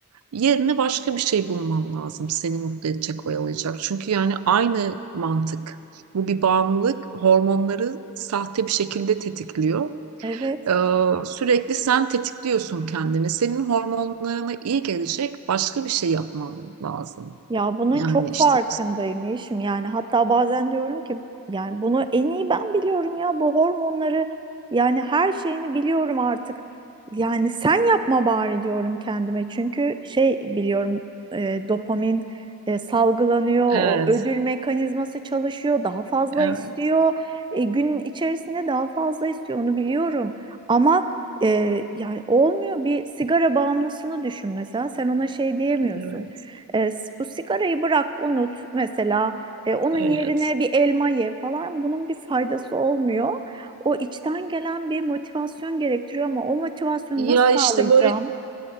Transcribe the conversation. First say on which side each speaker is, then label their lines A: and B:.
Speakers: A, on the right (about 80°); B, on the right (about 20°).
A: Yerine başka bir şey bulman lazım. Seni mutlu edecek, oyalayacak. Çünkü yani aynı mantık. Bu bir bağımlılık. Hormonları sahte bir şekilde tetikliyor.
B: evet.
A: Ee, sürekli sen tetikliyorsun kendini. Senin hormonlarına iyi gelecek başka bir şey yapman lazım.
B: Ya bunun
A: Yani
B: çok
A: işte
B: farkındayım Yeşim. Yani hatta bazen diyorum ki yani bunu en iyi ben biliyorum ya bu hormonları yani her şeyini biliyorum artık. Yani sen yapma bari diyorum kendime. Çünkü şey biliyorum e, dopamin e, salgılanıyor, o
A: Evet,
B: ödül mekanizması çalışıyor, daha fazla
A: evet,
B: istiyor. E, gün içerisinde daha fazla istiyor onu biliyorum. Ama e, yani olmuyor bir sigara bağımlısını düşün mesela sen ona şey diyemiyorsun.
A: evet,
B: E, s- bu sigarayı bırak unut mesela E, onun
A: evet.
B: yerine bir elma ye falan bunun bir faydası olmuyor. O içten gelen bir motivasyon gerektiriyor ama o motivasyonu
A: ya
B: nasıl
A: işte
B: sağlayacağım?
A: böyle